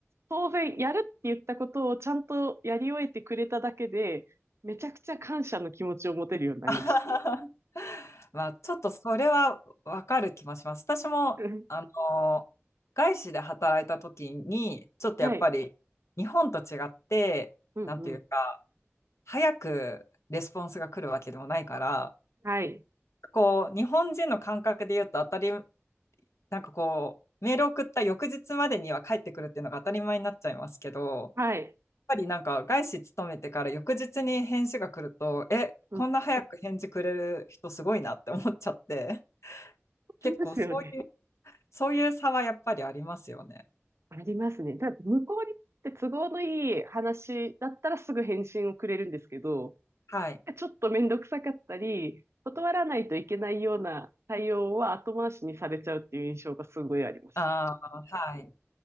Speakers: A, on the right (about 70°); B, on the left (about 80°).
A: 当然やるって言ったことをちゃんとやり終えてくれただけで、めちゃくちゃ感謝の気持ちを持てるようになりました。
B: <laughs> あはははまあ、ちょっとそれはわかる気もします。私も、
A: うん
B: あの、外資で働いた時に、ちょっとやっぱり日本と違って、
A: はい。うんうん。
B: なんていうか、早くレスポンスが来るわけでもないから、
A: はい。
B: こう、日本人の感覚で言うと当たり、なんかこう、メール送った翌日までには帰ってくるっていうのが当たり前になっちゃいますけど、やっ
A: はい。
B: ぱりなんか外資勤めてから翌日に返事が来ると、え、
A: うん
B: こんな早く返事くれる人すごいなって思っちゃって、結構そういう、
A: ありますよね。
B: そういう差はやっぱりありますよね。
A: ありますね。ただ、向こうにとって都合のいい話だったらすぐ返信をくれるんですけど、
B: はい。
A: ちょっとめんどくさかったり、断らないといけないような対応は後回しにされちゃうっていう印象がすごいあります。
B: ああ、はい。